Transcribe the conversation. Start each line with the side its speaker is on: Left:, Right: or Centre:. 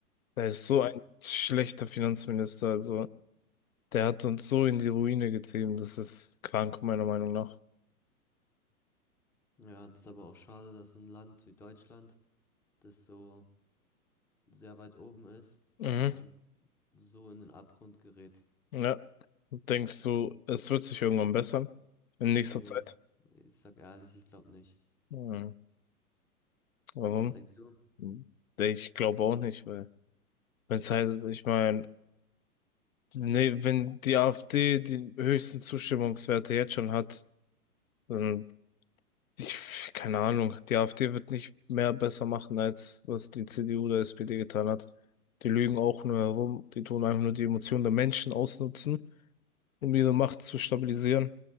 Left: Der ist so
Centre: ja.
Left: ein schlechter Finanzminister, also der hat uns so in die Ruine getrieben, das ist krank, meiner Meinung nach.
Centre: Ja, das ist aber auch schade, dass ein Land wie Deutschland, das so sehr weit oben ist,
Left: Mhm.
Centre: dann so in den Abgrund gerät.
Left: Ja, denkst du, es wird sich irgendwann bessern in nächster
Centre: Nee,
Left: Zeit?
Centre: ich sag ehrlich, ich glaube nicht.
Left: Hm. Warum?
Centre: Was denkst du?
Left: Nee, Ich glaube auch nicht, weil wenn es halt, ich meine, nee, wenn die AfD die höchsten Zustimmungswerte jetzt schon hat, dann Ich, keine Ahnung, die AfD wird nicht mehr besser machen, als was die CDU oder SPD getan hat. Die lügen auch nur herum, die tun einfach nur die Emotionen der Menschen ausnutzen, um ihre Macht zu stabilisieren.